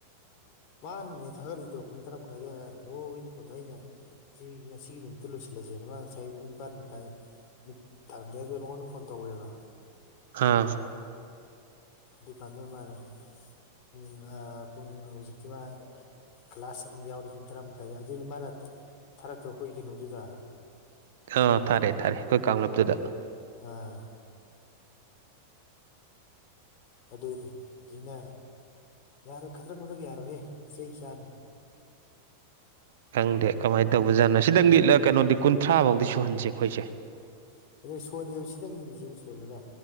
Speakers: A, on the left; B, on the right.
A: ꯃꯥꯅꯅꯦ ꯊꯥꯒꯠꯂꯤꯏꯗꯣ ꯄꯨꯡ ꯇꯔꯥ ꯃꯈꯥꯏꯗ ꯂꯣꯏꯅ ꯐꯣꯟꯗ ꯑꯩꯅ ꯁꯤ ꯉꯁꯤ ꯅꯨꯃꯤꯠꯇ ꯂꯣꯏꯁꯤꯜꯂꯁꯦ ꯗꯨꯒ ꯉꯁꯥꯏ ꯄꯨꯡ ꯇꯟ ꯃꯈꯥꯏ ꯊꯔꯝꯗꯦ ꯑꯗꯨꯒꯤ ꯃꯉꯣꯟꯗ ꯐꯣꯟ ꯇꯧꯋꯦꯕ
B: ꯍꯥꯥ
A: ꯗꯨꯀꯥꯟꯗꯨ ꯃꯅ ꯄꯨꯡ ꯑ ꯄꯨꯡ ꯍꯧꯖꯤꯛꯇꯤ ꯝꯥ ꯀ꯭ꯂꯥꯁ ꯑꯃ ꯌꯥꯎꯔꯦ ꯄꯨꯡ ꯇꯔꯥ ꯃꯈꯥꯏꯗ ꯑꯗꯨ ꯃꯥꯅ ꯊꯥꯔꯛꯇ꯭ꯔ ꯀꯨꯏ ꯀꯩꯅꯣꯗꯨꯗ
B: ꯑꯥ ꯊꯥꯔꯦ ꯊꯥꯔꯦ ꯑꯩꯈꯣꯏ ꯀꯥꯡꯂꯨꯞꯇꯨꯗ
A: ꯑꯥ ꯑꯗꯨꯗꯤ ꯍꯧꯖꯤꯛꯅ ꯌꯥꯔꯣꯏ ꯈꯛꯇ꯭ꯔꯛ ꯃꯛꯗꯔ꯭ꯛ ꯌꯥꯔꯣꯏꯍꯦ ꯆꯩ ꯆꯥꯅꯤ
B: ꯈꯪꯗꯦ ꯀꯃꯥꯏ ꯇꯧꯕꯖꯥꯠꯅꯣ ꯁꯤꯗꯪ ꯃꯤꯠꯂ ꯀꯨꯟꯊ꯭ꯔꯥꯐꯧꯗꯤ ꯁꯨꯍꯟꯁꯦ ꯑꯩꯈꯣꯏꯁꯦ
A: <unintelligible> ꯁꯣꯟꯁꯦꯕ ꯁꯤꯇꯪ ꯌꯦꯡꯉꯁꯦꯕ ꯁꯣꯜꯂꯒ